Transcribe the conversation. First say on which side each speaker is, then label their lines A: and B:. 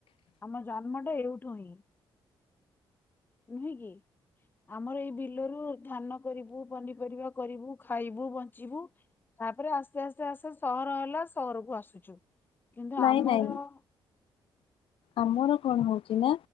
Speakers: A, on the left; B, on the left.
A: ଆମ ଜନ୍ମଟା ଏଇଠୁ ହିଁ ନୁହେଁ କି ଆମର ଏଇ ବିଲରୁ ଧାନ କରିବୁ ପନିପରିବା କରିବୁ ଖାଇବୁ। ବଞ୍ଚିବୁ ତାପରେ ଆସ୍ତେ ଆସ୍ତେ ଆସ୍ତେ ସହର ହେଲା ସହରକୁ ଆସୁଛୁ। କିନ୍ତୁ
B: ନାଇଁ
A: ଆମର
B: ନାଇଁ ଆମର କଣ ହଉଛି ନା